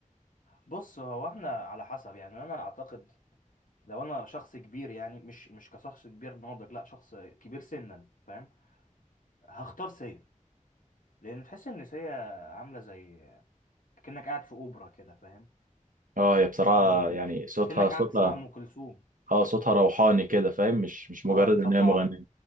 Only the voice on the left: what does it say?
بص هو احنا على حسب يعني انا اعتقد لو انا شخص كبير يعني مش مش كشخص كبير ناضج لا شخص كبير سنا فاهم هختار سيا لان تحس ان سيا عامله زي كأنك قاعد في اوبرا كده فاهم
تسمع ام كلثوم
اكنك قاعد
بتسمع ام كلثوم
اه فتقعد